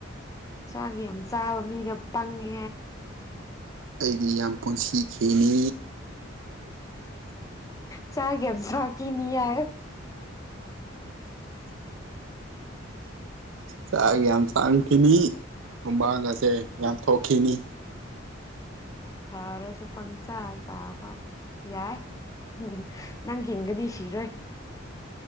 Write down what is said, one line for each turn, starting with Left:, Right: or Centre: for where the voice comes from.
Left: ꯆꯥꯛꯒꯤ ꯌꯥꯝ ꯆꯥꯕ ꯃꯤꯗ ꯄꯪꯉꯦ
Right: ꯑꯩꯗꯤ ꯌꯥꯝ ꯄꯨꯟꯁꯤꯈꯤꯅꯤ
Left: ꯆꯥꯒ ꯁꯥ ꯀꯅꯤꯔ
Right: ꯆꯥꯛ ꯌꯥꯝ ꯆꯥꯡꯈꯤꯅꯤ ꯍꯨꯝꯕꯥꯒꯁꯦ ꯌꯥꯝ ꯊꯣꯛꯈꯤꯅꯤ
Left: ꯁꯥꯔꯁꯨ ꯄꯪꯆꯥ ꯆꯥꯕ ꯌꯥꯏ ꯎꯝ ꯅꯪ ꯍꯤꯡꯒꯅꯤ ꯁꯤꯔꯣꯏ